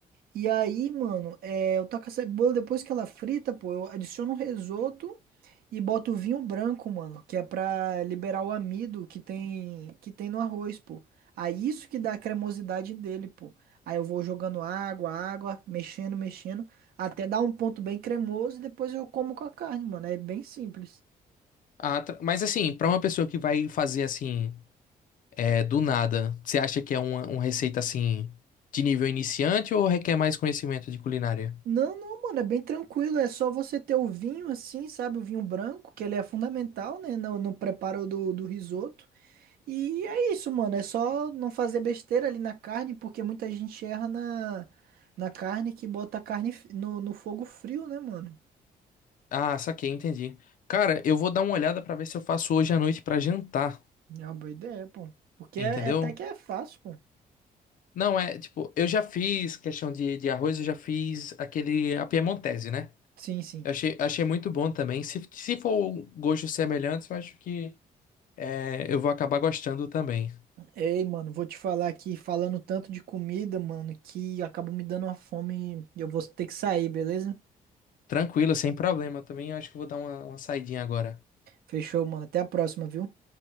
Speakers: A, on the right; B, on the left.
A: E aí, mano, é, eu taco essa cebola depois que ela frita, pô, eu adiciono um risoto e boto o vinho branco, mano, que é pra liberar o amido que tem que tem no arroz, pô. Aí isso que dá a cremosidade dele, pô. Aí eu vou jogando água, água, mexendo, mexendo, até dar um ponto bem cremoso e depois eu como com a carne, mano. É bem simples.
B: Ah, tra- mas assim, para uma pessoa que vai fazer assim, é, do nada, você acha que é uma, uma receita assim, de nível iniciante ou requer mais conhecimento de culinária?
A: Não, não, mano, é bem tranquilo. É só você ter o vinho assim, sabe? O vinho branco, que ele é fundamental, né? No, no preparo do, do risoto. E é isso, mano. É só não fazer besteira ali na carne, porque muita gente erra na, na carne que bota a carne f- no, no fogo frio, né, mano?
B: Ah, saquei, entendi. Cara, eu vou dar uma olhada para ver se eu faço hoje à noite para jantar.
A: É uma boa ideia, pô. Porque
B: Entendeu?
A: é, é até que é fácil, pô.
B: Não é, tipo, eu já fiz questão de, de arroz, eu já fiz aquele a piemontese, né?
A: Sim, sim.
B: Eu achei, achei muito bom também. Se, se for gostos semelhantes, eu acho que é, eu vou acabar gostando também.
A: Ei, mano, vou te falar aqui, falando tanto de comida, mano, que acabou me dando uma fome e eu vou ter que sair, beleza?
B: Tranquilo, sem problema também. Eu acho que eu vou dar uma, uma saidinha agora.
A: Fechou, mano. Até a próxima, viu?